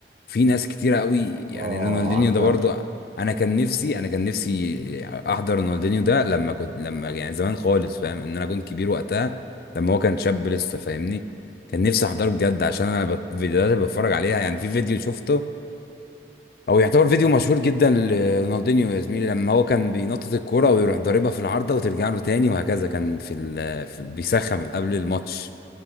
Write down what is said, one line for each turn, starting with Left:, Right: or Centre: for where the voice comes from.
Left: في ناس كتيرة قوي يعني
Right: اه
Left: رونالدينيو
Right: على الجرح
Left: ده برضه انا كان نفسي انا كان نفسي احضر رونالدينيو ده لما كنت لما يعني زمان خالص فاهم ان انا كنت كبير وقتها لما هو كان شاب لسه فاهمني كان نفسي احضره بجد عشان انا بت- الفيديوهات اللي بتفرج عليها يعني في فيديو شفته او يعتبر فيديو مشهور جدا لرونالدينيو يا زميلي لما هو كان بينطط الكوره ويروح ضاربها في العارضه وترجع له تاني وهكذا كان في, ال... في بيسخن قبل الماتش